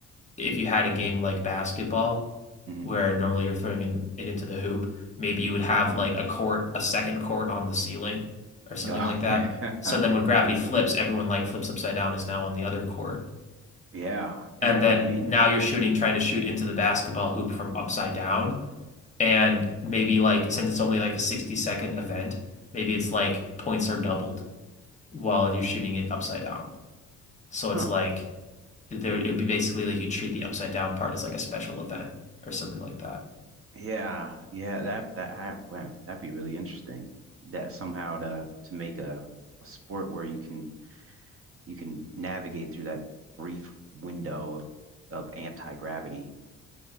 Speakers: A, on the left; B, on the right.
A: if you had a game like basketball,
B: hmm
A: where normally you're throwing in, it into the hoop, maybe you would have like a court, a second court on the ceiling or something
B: Oh
A: like that.
B: yeah.
A: So
B: <laughs>
A: then when gravity flips, everyone like flips upside down is now on the other court.
B: Yeah.
A: And
B: And yeah,
A: then
B: I mean,
A: now you're shooting, trying to shoot into the basketball hoop from upside down. And maybe like since it's only like a 60 second event, maybe it's like points are doubled while you're shooting it upside down. So it's
B: huh.
A: like there it would be basically like you treat the upside down part as like a special event or something like that.
B: Yeah, yeah, that that I wow, that'd be really interesting. That somehow to to make a, a sport where you can you can navigate through that brief window of, of anti gravity.